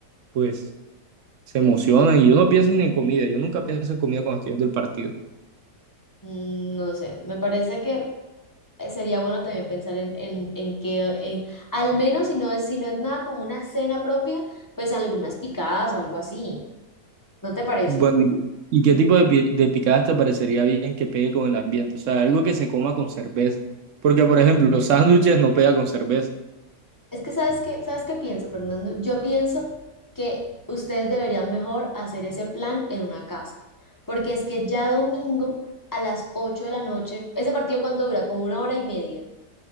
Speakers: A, on the right (about 65°); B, on the left (about 20°).
A: pues se emocionan. Y yo no pienso ni en comida, yo nunca pienso en comida cuando estoy viendo el partido.
B: Mm, No sé, me parece que eh, sería bueno también pensar en, en, en que, eh, al menos si no es, si no es nada como una cena propia, pues algunas picadas o algo así. ¿No te parece?
A: Bueno, ¿y y qué tipo de, pi- de picadas te parecería bien que pegue con el ambiente? O sea, algo que se coma con cerveza. Porque, por ejemplo, los sándwiches no pega con cerveza.
B: Es que sabes qué, ¿sabes qué pienso, Fernando? Yo pienso que ustedes deberían mejor hacer ese plan en una casa, porque es que ya domingo a las 8 de la noche, ese partido cuánto dura, como una hora y media.